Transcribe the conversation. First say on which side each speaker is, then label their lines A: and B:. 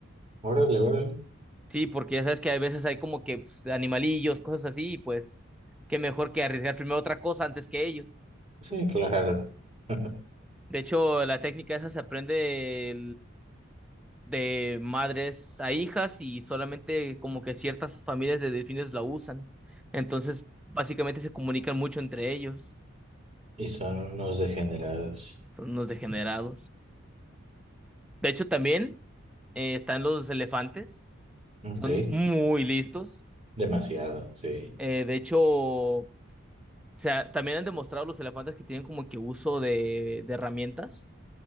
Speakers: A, on the right; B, in the centre.
A: órale, órale.
B: Sí, porque ya sabes que a veces hay como que pues, animalillos, cosas así, y pues qué mejor que arriesgar primero otra cosa antes que ellos.
A: Sí, claro. <laughs>
B: De hecho, la técnica esa se aprende de madres a hijas y solamente como que ciertas familias de delfines la usan. Entonces, básicamente se comunican mucho entre ellos.
A: Y son unos degenerados.
B: Son unos degenerados. De hecho, también eh, están los elefantes.
A: Ok.
B: Son muy listos.
A: Demasiado, sí.
B: Eh, de hecho, o sea, también han demostrado los elefantes que tienen como que uso de, de herramientas.